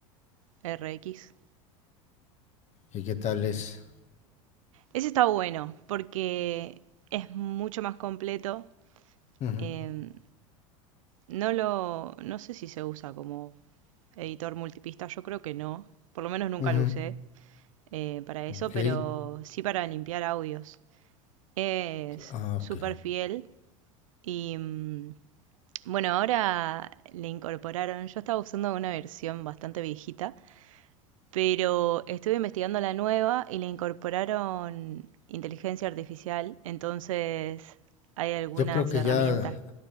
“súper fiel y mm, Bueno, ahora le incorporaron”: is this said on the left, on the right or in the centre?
Right